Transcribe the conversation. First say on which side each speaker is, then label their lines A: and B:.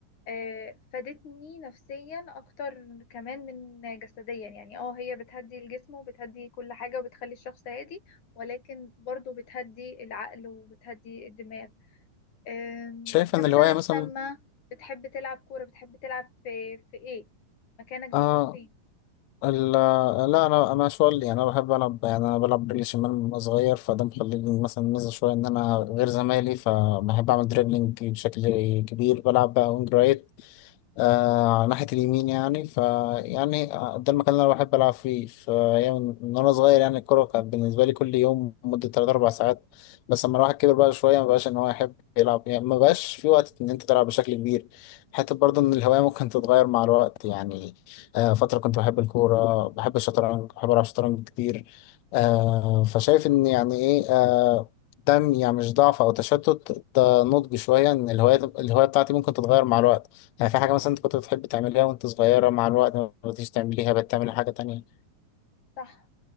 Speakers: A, on the left; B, on the left.
A: آه، فادتني نفسيا اكتر كمان من جسديا يعني اه هي بتهدي الجسم وبتهدي كل حاجه وبتخلي الشخص هادي ولكن برضو بتهدي العقل وبتهدي الدماغ أم،
B: شايفة
A: انت
B: ان
A: مثلا
B: الهواية مثلا
A: لما بتحب تلعب كورة بتحب تلعب في في ايه مكانك بيكون
B: اه
A: فين
B: ال- لا انا انا شوال يعني انا بحب العب يعني انا بلعب رجلي شمال من وأنا صغير فده مخليني مثلا ميزه شويه ان انا غير زمايلي فبحب اعمل دريبلينج بشكل كبير بلعب بقى وينج رايت آه على ناحية اليمين يعني ف يعني آه، ده المكان اللي أنا بحب ألعب فيه فأيام من من وأنا صغير يعني الكورة كانت بالنسبة لي كل يوم مدة تلات أربع ساعات بس لما الواحد كبر بقى شوية مبقاش إن هو يحب يلعب يعني مبقاش في وقت إن أنت تلعب بشكل كبير حتى برضه إن الهواية ممكن تتغير مع الوقت يعني آه فترة كنت بحب الكورة بحب الشطرنج بحب ألعب شطرنج كتير آه فشايف إن يعني إيه آه ده يعني مش ضعف أو تشتت ده نضج شوية إن الهواية الهواية بتاعتي ممكن تتغير مع الوقت يعني في حاجة مثلا أنت كنت بتحب تعمليها وأنت صغيرة مع الوقت ما بقيتيش تعمليها بقت تعملي حاجة تانية
A: صح